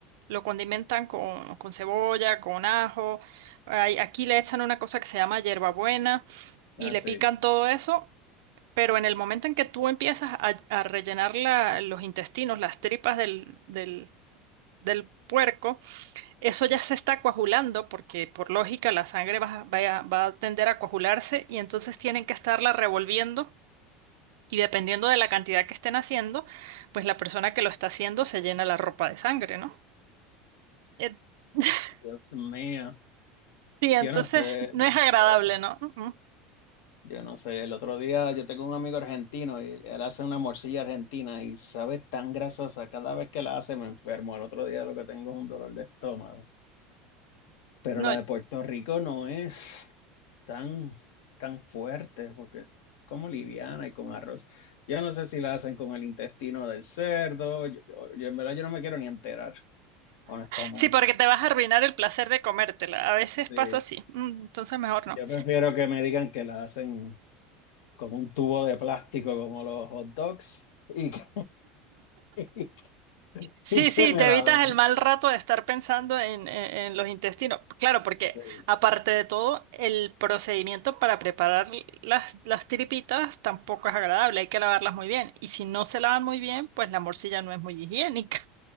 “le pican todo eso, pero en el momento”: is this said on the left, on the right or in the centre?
Right